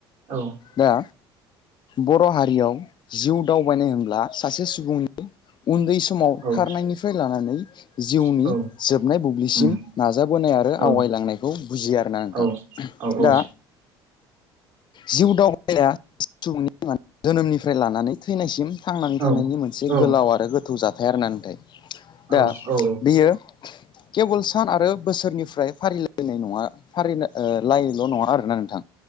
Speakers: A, on the right; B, on the left.
A: औ
B: दा बर' हारियाव जिउ दावउ बानाय होनब्ला सासे सुबुंनि उन्दै समाव
A: औ औ
B: खारनाय निफ्राय लानानै लांदां जिउनि
A: औ
B: जोबनाय बुब्लिसिम
A: उम
B: नाजाबोनाय आरो
A: औ
B: आवगायलांनायखौ बुजियो आरोना नोंथां।
A: औ औ औ
B: दा जिउ दावबायनाया सुबुंनि जोनोमनिफ्राय लानानै थैनाय सिम थांनानै
A: औ
B: थानायनि
A: उम
B: मोनसे
A: औ
B: गोलाव आरो गोथौ जाथाय आरो ना नाथाय दा
A: औ
B: बेयो केबोल सान आरो बोसोरनिफ्राय फारिलायनाय नङा फारिनो ओ लाइल' नङा आरो ना था